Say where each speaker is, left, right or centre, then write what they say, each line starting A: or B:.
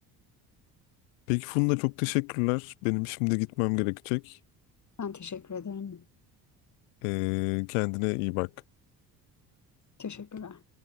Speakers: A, on the left; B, on the left.
A: Peki Funda çok teşekkürler. Benim şimdi gitmem gerekecek.
B: ben teşekkür ederim.
A: E, kendine iyi bak.
B: Teşekkürler.